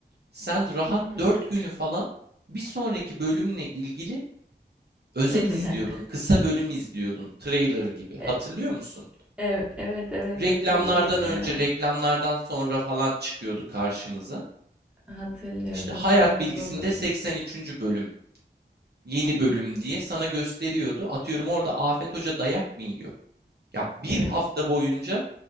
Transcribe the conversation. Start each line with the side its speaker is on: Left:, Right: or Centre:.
Right: sen rahat
Centre: hı hı.
Right: 4 günü falan bir sonraki bölümle ilgili özet
Centre: <laughs>
Right: izliyordun, kısa bölüm izliyordun, trailer gibi. Hatırlıyor
Centre: E-
Right: musun?
Centre: ev- Evet, evet
Right: Reklamlardan
Centre: hatırlıyorum
Right: önce,
Centre: ya.
Right: reklamlardan sonra falan çıkıyordu karşımıza.
Centre: Hatırlıyorum,
Right: İşte
Centre: hatırlamaz
Right: hayat bilgisinde
Centre: olur mu?
Right: 83. bölüm yeni bölüm diye sana gösteriyordu. Atıyorum orada Afet Hoca dayak mı yiyor? Ya bir
Centre: Evet.
Right: hafta boyunca